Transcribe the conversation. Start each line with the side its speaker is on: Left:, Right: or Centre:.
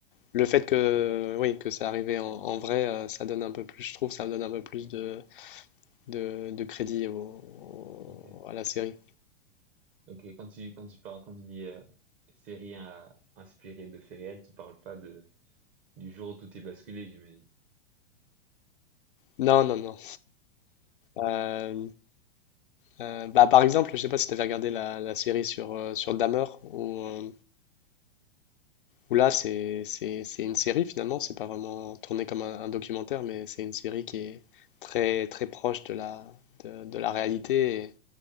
Left: le fait que oui que ça arrivait en, en vrai, euh, ça donne un peu plus, je trouve, ça donne un peu plus
Right: ok,
Left: de, de, de crédit au- au-
Right: ok.
Left: à la série.
Right: Ok, quand tu, quand tu parles, quand tu dis euh, série euh, inspirée de faits réels, tu parles pas de, du jour où tout est basculé, j'imagine.
Left: Non, non, non. Euh, euh, bah, par exemple, je sais pas si tu avais regardé la, la série sur, euh, sur Dahmer ou. euh, Où là, c'est c'est- c'est une série finalement, c'est pas vraiment tourné comme un, un documentaire, mais c'est une série qui est très très proche de la, de, de la réalité. et